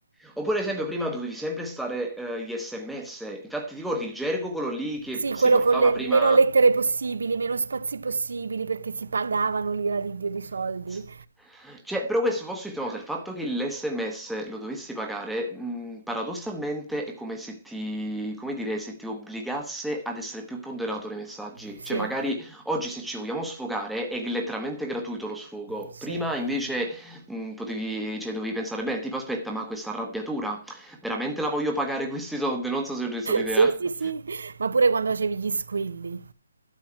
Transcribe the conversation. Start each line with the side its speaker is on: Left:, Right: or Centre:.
Centre: Oppure, ad esempio, prima dovevi sempre stare eh, gli SMS. Infatti, ti ricordi il gergo quello lì che
Right: Sì,
Centre: si
Right: quello
Centre: portava
Right: con le meno
Centre: prima...
Right: lettere possibili, meno spazi possibili, perché si pagavano l'ira di Dio di soldi.
Centre: <laughs> Cioè, però questo posso dirti una cosa, il fatto che l'SMS lo dovessi pagare, mh, paradossalmente è come se ti, come dire, se ti obbligasse ad essere più ponderato nei messaggi.
Right: Sì,
Centre: Cioè, magari oggi se ci vogliamo sfogare è letteralmente gratuito lo sfogo.
Right: sì.
Centre: Prima
Right: <laughs>
Centre: invece mh, potevi, cioè, dovevi pensare, beh, tipo aspetta, ma questa arrabbiatura, veramente la voglio pagare questi soldi? Non so se ho reso l'idea.
Right: Sì, sì,
Centre: <laughs>
Right: sì. Ma pure quando facevi gli squilli.